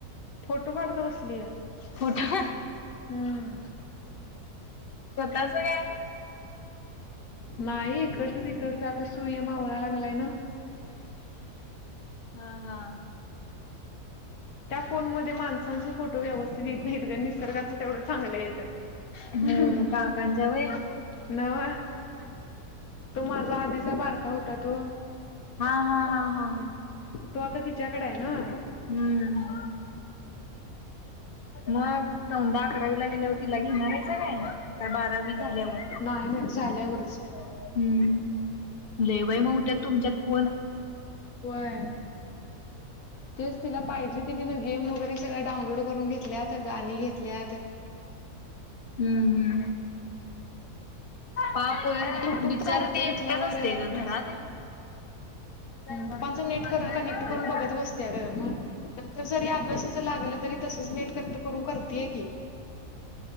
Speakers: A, on the left; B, on the left.
A: फोटो काढत बसलया
B: फोटो
A: हम्म
B: स्वतःच काय
A: नाही इकडचं तिकडचं आता सुय मावळा लागलाय ना.
B: हा हा
A: त्या फोन मध्ये माणसांच फोटो व्यवस्थित येत नाहीत ग निसर्गाच तेवढं चांगलं येत्यात.
B: हम्म
A: <unintelligible>
B: काकांच्या वय हा
A: तो माझा आधीचा बारका होता तो.
B: हा हा हा
A: तो आता तिच्याकड आहे ना.
B: हम्म मग सौंधा अकरावीला गेल्यावर तिला घेणार आहे सा काय? का बारावी झाल्यावर.
A: नाही नाही झाल्यावरच.
B: हम्म लय बाई महु त्यात तुमच्यात. फोन.
A: होय. तेच तिला पाहिजे ते तिने गेम वगैरे सगळ डाउनलोड करून घेतल्यात. गाणी घेतल्यात.
B: हम्म हम्म पापय
A: युट्यूब
B: बिचार
A: चालतंय
B: ते
A: म्हटल्यावर
B: एकटच असतेय ग घरात. <unintelligible>
A: पप्पांच नेट कनेक्ट करून बघत बसत्या ग मग नंतर जरी अभ्यासाचं लागलं तरी तसच नेट कनेक्ट करून करतेय की.